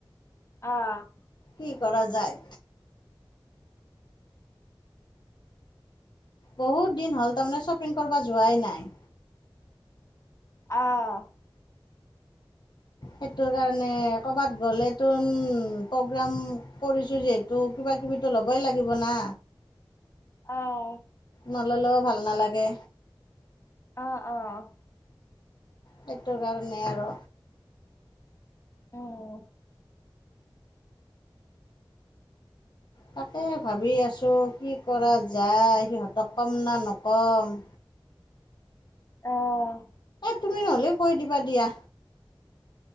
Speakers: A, on the left (about 35°); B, on the left (about 55°).
A: আহ
B: কি কৰা যায়। বহুত দিন হ'ল তাৰমানে শ্বপিং কৰিব যোৱাই নাই।
A: অ'!
B: সেইটো কাৰণে, ক'ৰবাত গ'লে তো প্ৰগ্ৰাম কৰিছোঁ, যিহেতু কিবা কিবিতো ল'বই লাগিব না।
A: অ'!
B: নল'লেও ভাল নালাগে।
A: অ'! অ'!
B: সেইটো কাৰণে আৰু
A: উম!
B: তাকে ভাবি আছোঁ কি কৰা যায়। সিহঁতক কম কম না নকম।
A: অ'!
B: তুমি নহ'লে কৈ দিবা দিয়া।